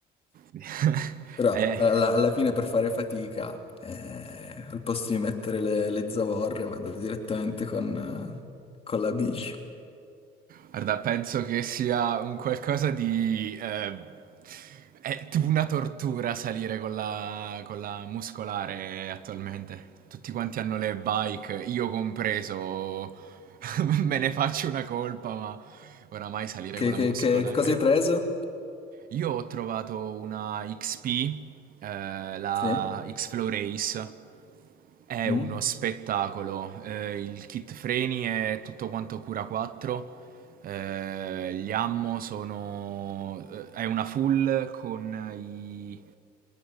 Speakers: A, on the right; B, on the left.
A: <laughs>
B: Però
A: Eh.
B: alla, alla fine per fare fatica, eh, al posto di mettere le, le zavorre, vado direttamente con, eh, con la bici.
A: Guarda, penso che sia un qualcosa di... eh, è tipo una tortura salire con la, con la muscolare attualmente. Tutti quanti hanno le bike, io compreso, <laughs> me ne faccio una colpa, ma oramai salire
B: Che,
A: con la
B: che-
A: muscolare.
B: che cosa hai preso?
A: Io ho trovato una XP, eh, la
B: Sì?
A: X-Flow Race, è
B: Mm?
A: uno spettacolo. Eh, il kit freni è tutto quanto cura 4. eh, gli ammo sono. eh, è una full con i.